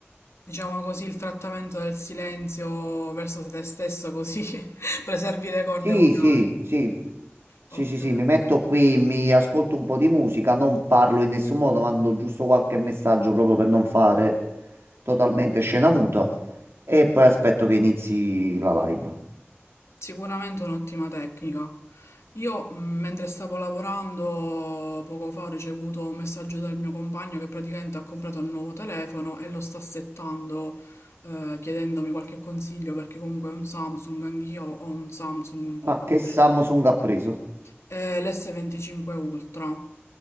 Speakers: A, on the left (about 85°); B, on the right (about 70°).
A: Diciamo così, il trattamento del silenzio verso te stesso, così <laughs> preservi le corde
B: Sì,
A: vocali.
B: sì, sì. Sì,
A: Ok,
B: sì, sì,
A: ok.
B: mi metto qui, mi ascolto un po' di musica, non parlo in nessun modo, mando giusto qualche messaggio proprio per non fare totalmente scena muta e poi aspetto che inizi la live.
A: Sicuramente è un'ottima tecnica. Io, mh, mentre stavo lavorando, poco fa ho ricevuto un messaggio dal mio compagno che praticamente ha comprato un nuovo telefono e lo sta settando, eh, chiedendomi qualche consiglio perché comunque è un Samsung, anch'io ho un Samsung un po'
B: Ah,
A: più
B: che
A: vecchio.
B: Samsung ha preso?
A: È l'S25 Ultra.